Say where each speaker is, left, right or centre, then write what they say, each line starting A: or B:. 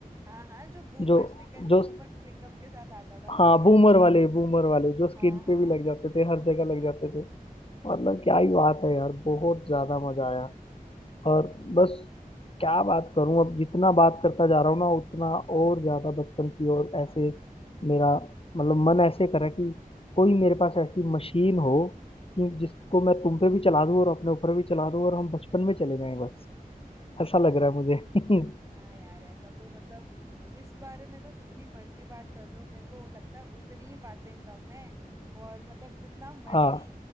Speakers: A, on the right (about 20°); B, on the left (about 40°).
A: हाँ हाँ जो बूमर
B: जो
A: स्टिकर
B: जो
A: बूमर च्युइंगम के साथ आता था मुझे
B: हाँ
A: याद
B: बूमर
A: है
B: वाले बूमर वाले जो स्किन
A: हाँ हाँ
B: पे भी लग जाते थे हर जगह लग जाते थे मतलब क्या ही बात है यार बहुत ज्यादा मजा आया और बस क्या बात करूं अब जितना बात करता जा रहा हूँ ना उतना और ज्यादा बचपन की ओर ऐसे मेरा मतलब मन ऐसे कर रहा है कि कोई मेरे पास ऐसी मशीन हो कि जिसको मैं तुम पे भी चला दूं और अपने ऊपर भी चला दूं और हम बचपन में चले जाएं बस ऐसा
A: हाँ
B: लग रहा है मुझे <laughs>
A: हाँ यार ऐसा तो मतलब इस बारे में तो जितनी मर्जी बात कर लो मेरे को लगता है उतनी ही बातें कम है और मतलब जितना मर्जी
B: हाँ